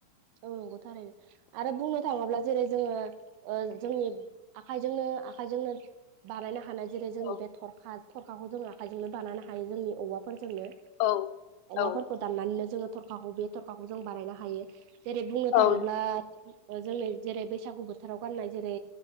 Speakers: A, on the right; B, on the left.
A: औ नंगौ थारैनो। आरो बुंनो थाङोब्ला जेरै जोङो जोंनि आखाइजोंनो आखाइजोंनो बानायनो हानाय जेरै जोंनि
B: औ
A: बे थरखा थरखाखौ जों आखायजोंनो बानायानो हायो जोंनि औवाफोर जोंनो
B: औ
A: औवाफोरखौ
B: औ
A: दाननानैनो जोङो थरखाखौ बे थरखाखौ जों बानायनो हायो। जेरै बुंनो थाङोब्ला
B: औ
A: ओ जों जेरै बैसागु बोथोराव गाननाय जेरै